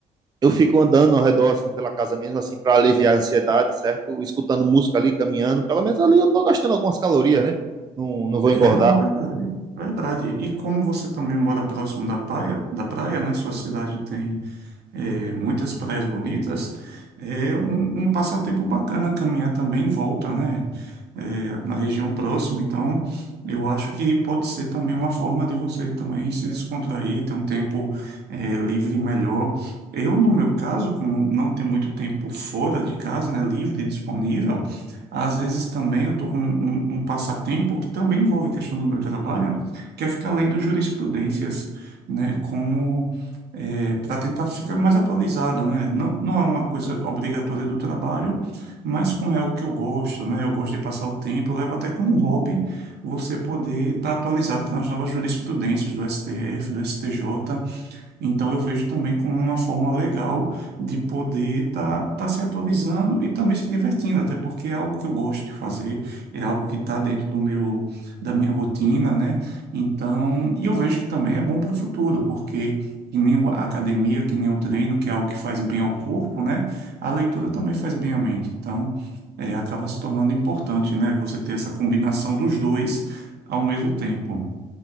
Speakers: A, on the right; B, on the right.
A: eu fico andando ao redor, assim, pela casa mesmo, assim, para aliviar a ansiedade, certo? Escutando música ali, caminhando. Pelo menos ali eu tô gastando algumas calorias, né? Não, não vou
B: É,
A: engordar.
B: não, verdade, verdade. E como você também mora próximo da praia, da praia, né? Sua cidade tem é, muitas praias bonitas, é um, um passatempo bacana caminhar também em volta, né? é, na região próxima. Então, eu acho que pode ser também uma forma de você também se descontrair, ter um tempo é, livre melhor. Eu, no meu caso, como não tenho muito tempo fora de casa, né, livre e disponível, às vezes também eu estou com um, um passatempo que também envolve questão do meu trabalho, que é ficar lendo jurisprudências, né, como para tentar ficar mais atualizado, né? Não, não é uma coisa obrigatória do trabalho, mas como é algo que eu gosto, né? Eu gosto de passar o tempo, eu levo até como hobby você poder estar atualizado nas novas jurisprudências do STF, do STJ. Então eu vejo também como uma forma legal de poder estar se atualizando e também se divertindo, até porque é algo que eu gosto de fazer, é algo que está dentro do meu da minha rotina, né? Então, e eu vejo que também é bom para o futuro, porque que nem a academia, que nem o treino, que é algo que faz bem ao corpo, né? A leitura também faz bem à mente. Então, é, acaba se tornando importante, né? Você ter essa combinação dos dois ao mesmo tempo.